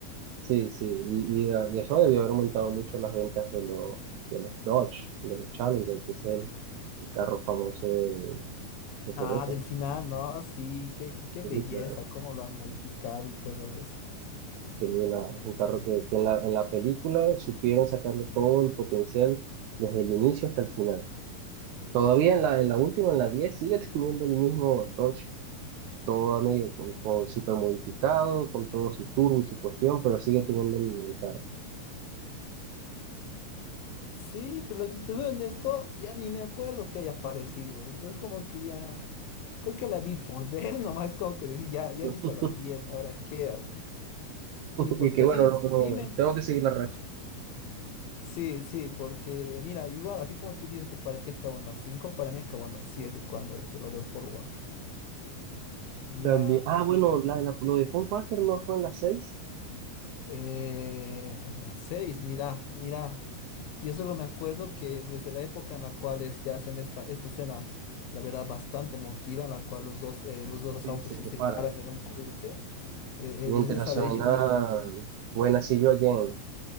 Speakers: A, on the right; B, on the left.
A: Sí, sí, y, y, ah, y eso debió haber aumentado mucho las ventas de los, de los Dodge, de los Challenger, que es el, el carro famoso de, de Toretto.
B: Ah, del final, ¿no? Sí, qué, qué, qué belleza,
A: Sí, claro.
B: cómo lo han modificado y todo eso.
A: Sí, una- un carro que, que en la, en la película supieron sacarle todo el potencial desde el inicio hasta el final. Todavía en la, en la última, en la 10 sigue <laughs> teniendo el mismo Dodge, todo a medio, con, con super modificado, con todo su turbo y su cuestión, pero sigue teniendo el, el carro.
B: Sí, pero si te soy honesto, ya ni me acuerdo que haya aparecido, porque es como que ya, creo que la vi por ver, <laughs> nomás como que decir, ya, ya
A: <laughs>
B: he visto las 10, ahora qué, así. Sí, porque
A: Y que bueno,
B: así,
A: no- no,
B: sí, me-
A: tengo que seguir la racha.
B: sí, sí, porque mira, igual, así como tú dices que para ti acabó en las 5, para mí acabó en las 7 cuando es lo de Paul Walker. Ya,
A: También, ah, bueno, la, de la, lo de Paul Walker no fue en la seis
B: Eh, es las seis, mira, mira. Yo solo me acuerdo que desde la época en la cual este, hacen esta, esta escena, la verdad, bastante emotiva, en la cual los dos, eh, los dos
A: Sí,
B: autos
A: se
B: se
A: separan.
B: separan en un cruce, eh,
A: Mientras
B: eh, desde esa
A: suena
B: vez yo dije,
A: Buena See You Again.